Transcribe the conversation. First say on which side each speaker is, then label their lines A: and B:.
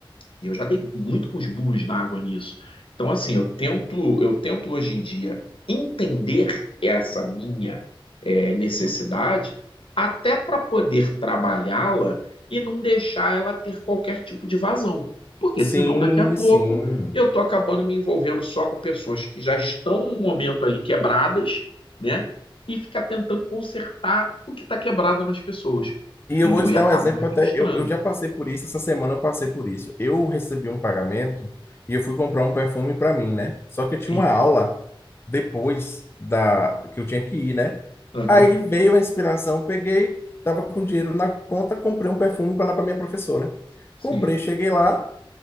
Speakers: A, on the left; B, on the left.
A: e eu já dei muito com os burros na água nisso. Então, assim, eu tento, eu tento hoje em dia entender essa minha eh, necessidade até para poder trabalhá-la e não deixar ela ter qualquer tipo de vazão. Porque
B: Sim,
A: senão, daqui a pouco,
B: sim.
A: eu estou acabando me envolvendo só com pessoas que já estão no momento ali quebradas, né? E ficar tentando consertar o que está quebrado nas pessoas,
B: E
A: entendeu?
B: eu vou te
A: E
B: dar
A: acabo
B: um exemplo
A: me frustrando.
B: até, eu, eu já passei por isso, essa semana eu passei por isso. Eu recebi um pagamento e eu fui comprar um perfume para mim, né? Só que eu tinha
A: Sim.
B: uma aula depois da que eu tinha que ir, né?
A: Aham.
B: Aí veio a inspiração, peguei, tava com dinheiro na conta, comprei um perfume para dar para minha professora.
A: Sim.
B: Comprei, cheguei lá,